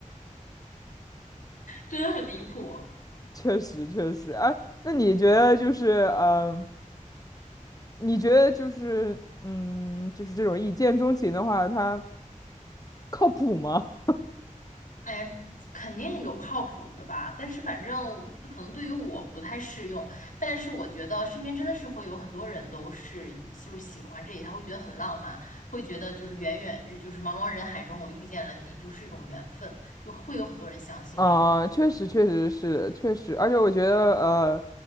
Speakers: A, on the left; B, on the left.
A: 真的很离谱。
B: 确实，确实。哎，那你觉得就是，呃，你觉得就是，嗯，就是这种一见钟情的话，它靠谱吗？
A: 哎呀，肯定有靠谱的吧，但是反正我可能对于我不太适用，但是我觉得身边真的是会有很多人都是就是喜欢这一套，会觉得很浪漫，会觉得就是远远就是茫茫人海中我遇见了你就是一种缘分，就会有很多人相信这个，
B: <laughs> 啊、确实，确实是，确实。而且我觉得，呃，